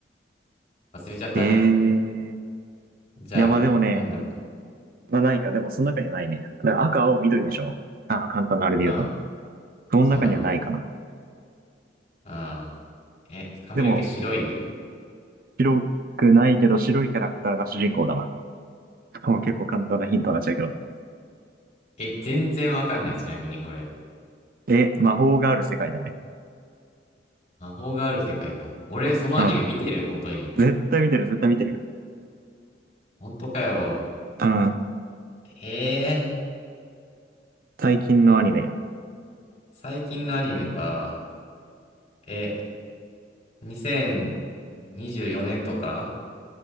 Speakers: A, on the left (about 40°); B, on the right (about 50°).
A: 忘れちゃったね。
B: えー、い
A: じゃあ、
B: や、まあでもね、
A: なんだろ
B: まあないか。でもその中にはないね。だから赤、青、緑でしょ。あの、簡単なあれで言うと。
A: う。うん。
B: その中にはないかな。
A: そうだね。うん。え、髪の毛白い
B: でも、白くないけど白いキャラクターが主人公だわ。<laughs> もう結構簡単なヒントになっちゃうけど。
A: え、全然わかんない。ちなみに、俺。
B: え、魔法がある世界だね。
A: 魔法がある世界か。俺、そのアニメ見てる本当に。
B: うん。絶対見てる、絶対見てる。
A: 本当かよ。
B: うん。
A: ええー
B: 最近のアニメ。
A: 最近のアニメか。え、2024年とか